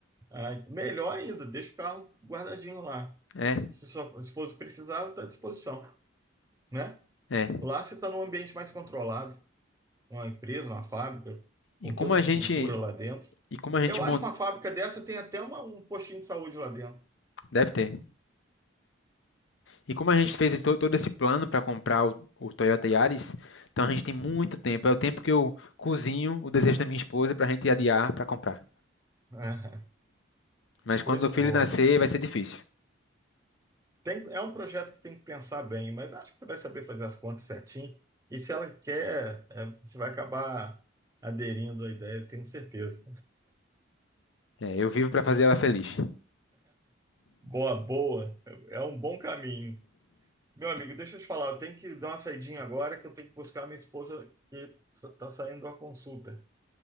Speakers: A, on the right; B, on the left.
A: Ah, ent- melhor ainda, deixa o carro guardadinho lá.
B: É,
A: Se sua esposa precisar, está à disposição, né?
B: é.
A: Lá você está num ambiente mais controlado, uma empresa, uma fábrica,
B: E
A: com
B: como
A: toda
B: a
A: a estrutura
B: gente,
A: lá dentro.
B: e como a gente
A: Eu
B: mon-
A: acho que uma fábrica dessa tem até uma- um postinho de saúde lá dentro.
B: deve ter. E como a gente fez esse- to- todo esse plano para comprar o, o Toyota Yaris, então a gente tem muito tempo. É o tempo que eu cozinho o desejo da minha esposa para a gente adiar para comprar.
A: <laughs>
B: Mas quando
A: Coisa
B: o filho
A: boa.
B: nascer, vai ser difícil.
A: Tem, é um projeto que tem que pensar bem, mas acho que você vai saber fazer as contas certinho. E se ela quer, é, você vai acabar aderindo à ideia, eu tenho certeza.
B: É, eu vivo para fazer ela feliz.
A: Boa, boa. É um bom caminho. Meu amigo, deixa eu te falar, eu tenho que dar uma saidinha agora, que eu tenho que buscar minha esposa, sa- Tá saindo de uma consulta.